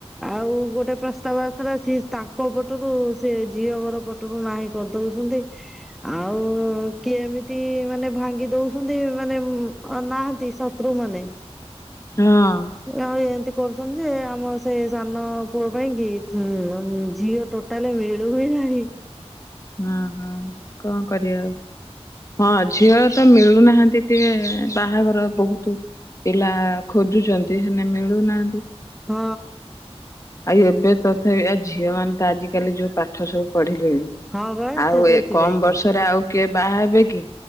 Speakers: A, in the centre; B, on the left.
A: ଆଉ ଗୋଟେ ପ୍ରସ୍ତାବ ଆସିଥିଲା ସେ ତାଙ୍କ ପଟରୁ ସେ ଝିଅଘର ପଟ୍ ରୁ ନାଇଁ କରିଦଉଚନ୍ତି ଆଉ କିଏ ଏମିତି ମାନେ ଭାଙ୍ଗି ଦଉସନ୍ତି ମାନେ ନାହାନ୍ତି ଶତ୍ରୁମାନେ
B: ହଁ
A: ଆଉ ଏନ୍ତି କରୁସନ୍ତି ଯେ ଆମ ସେ ସାନ ପୁଅ ପାଇଁ କି ଝି ଝିଅ ଟୋଟାଲ୍ ମିଳୁ ହି ନାହିଁ।
B: ହଁ ହଁ କଣ କରିବା ଆଉ। ହଁ ଝିଅ ତ ମିଳୁ ମିଳୁନାହାନ୍ତି ଟିକେ ବାହାଘର ବହୁତ ପିଲା ଖୋଜୁଛନ୍ତି ସେନ ମିଳୁନାହାନ୍ତି।
A: ହଁ।
B: ଆଉ ଏବେ ତଥାପି ଆ ଝିଅ ମାନେ ତ ଆଜିିକାଲି ଯୋଉ ପାଠ ସବୁ ପଢିଲେ। ହୁଁ
A: ହଁ ବା
B: ଆଉ
A: ସେ ସେଇଥିପାଇଁ
B: ଏ କମ ବର୍ଷରେ
A: କି
B: ଆଉ କିଏ ବାହା ହେବେ କି?